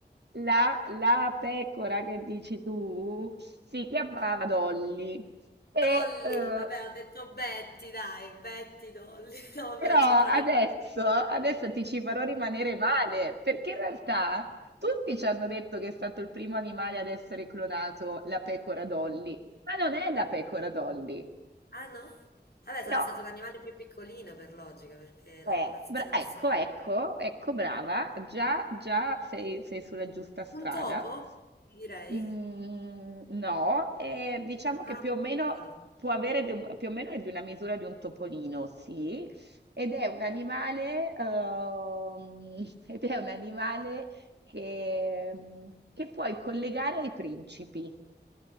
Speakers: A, on the right (about 70°); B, on the left (about 60°).
A: la, la pecora che dici tu si chiamava Dolly, e,
B: Dolly,
A: eh,
B: vabbè, ho detto Betty, dai, Betty, Dolly. <laughs> No, vabbè,
A: però
B: non c'entra
A: adesso,
B: niente.
A: adesso ti ci farò rimanere male, perché in realtà tutti ci hanno detto che è stato il primo animale ad essere clonato, la pecora Dolly, ma non è la pecora Dolly,
B: Ah no? Vabbè,
A: no,
B: sarà stato l'animale più piccolino per logica, perché la
A: è,
B: connazione
A: bra- ecco,
B: essendo...
A: ecco, ecco, brava, già, già sei sei sulla giusta strada.
B: Un topo, ti direi,
A: Mhmm, no, ehm, diciamo
B: ancora
A: che più
B: più
A: o meno
B: piccolo.
A: può avere de un più o meno è di una misura di un topolino, sì, ed è un animale uhm, <laughs> ed è un animale che mhmm, che puoi collegare ai principi,